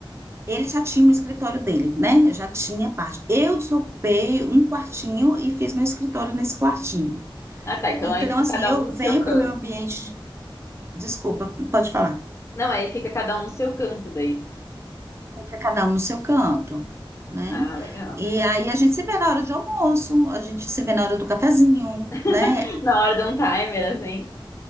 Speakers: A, on the right (about 30°); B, on the left (about 30°).
A: Ele já tinha o escritório dele, né? Já tinha parte. Eu desocupei um quartinho e fiz meu escritório nesse quartinho.
B: Ah, tá, então
A: Então,
B: aí fica
A: assim,
B: cada
A: eu
B: um
A: venho
B: no seu canto.
A: para o meu ambiente. de- Desculpa, pode falar.
B: Não, aí fica cada um no seu canto daí.
A: Fica cada um no seu canto, né?
B: Ah, legal.
A: E aí a gente se vê na hora de almoço, a gente se vê na hora do cafezinho,
B: <laughs>
A: né?
B: Na hora de um timer, assim.